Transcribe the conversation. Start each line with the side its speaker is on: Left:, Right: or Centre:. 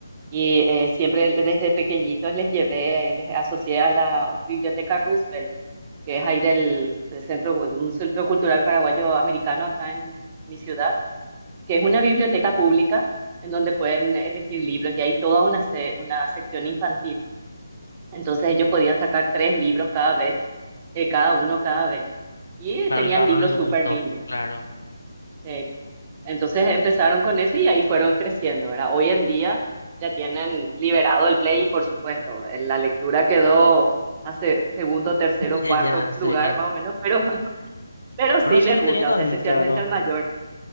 Right: Y eh, siempre desde pequeñitos les llevé, eh, les asocié a la Biblioteca Roosevelt, que es ahí del eh, centro, un centro cultural paraguayo americano acá en mi ciudad, que es una biblioteca pública en donde pueden elegir libros y hay toda una, se- una sección infantil. Entonces ellos podían sacar tres libros cada vez eh, cada uno cada vez. Y
Left: claro,
Right: tenían
Left: y le agarró
Right: libros
Left: el
Right: súper
Left: gusto,
Right: lindos.
Left: claro,
Right: eh, entonces empezaron con eso y ahí fueron creciendo, ¿verdad? Hoy en día ya tienen liberado el Play y por supuesto, eh, la lectura quedó hace segundo, tercero,
Left: <laughs>
Right: cuarto
Left: ya sé.
Right: lugar más o menos, pero, <laughs> pero sí
Left: Pero sigue
Right: les gusta,
Left: teniendo
Right: o sea,
Left: ahí,
Right: especialmente
Left: claro,
Right: al mayor.